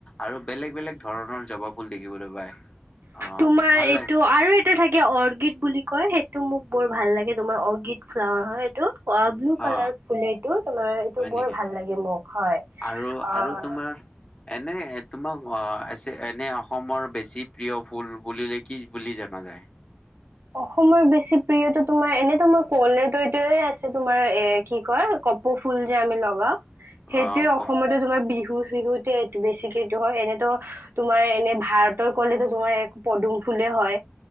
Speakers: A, on the left; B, on the right.
A: আৰু বেলেগ বেলেগ ধৰণৰ জবা ফুল দেখিবলৈ পায় অঁ
B: তোমাৰ
A: ভাল
B: এইটো
A: লাগে।
B: আৰু থাকে অৰ্কিড বুলি কয় সেইটো মোক বৰ ভাল লাগে তোমাৰ অৰ্কিড ফ্লাৱাৰ হয় এ ইটো ব্লু কালাৰ
A: অ
B: ফুলে এই, তোমাৰ এইটো
A: হয়
B: বৰ
A: নেকি
B: ভাল লাগে মোক হয়।
A: আৰু
B: অ',
A: আৰু তোমাৰ এনেই তোমাক অঁ এছে এনেই অসমৰ বেছি প্ৰিয় ফুল বুলিলে কি বুলি জানা যায়।
B: অসমৰ বেছি প্ৰিয়টো তোমাৰ এনেতো মোৰ কলেদৈয়ে আছে, তোমাৰ এ কি কয় এ কপৌ ফুল যে আমি লগাওঁ। সেইটোৱে
A: আহ ক
B: অসমতে তোমাৰ বিহু চিহুতে বেছিকে এইটো হয়, এনেতো তোমাৰ এনে ভাৰতৰ কলিতো মই এক পদুম ফুলে হয়,